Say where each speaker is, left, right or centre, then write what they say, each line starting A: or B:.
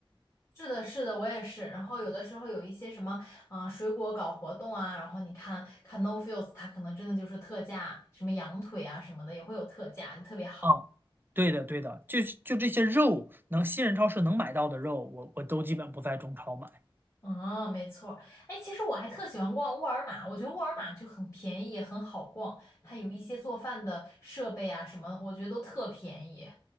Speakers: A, on the left (about 35°); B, on the right (about 20°).
A: 是的，是的，我也是。然后有的时候有一些什么，啊、水果搞活动啊，然后你看看 No Frills，它可能真的就是特价，什么羊腿啊什么的也会有特价，就特别好。
B: 嗯，对的对的，就是就这些肉能新人超市能买到的肉，我我都基本不在中超买。
A: 嗯，没错儿。哎，其实我还特喜欢逛沃尔玛，我觉得沃尔玛就很便宜，也很好逛，它有一些做饭的设备啊什么的，我觉得都特便宜。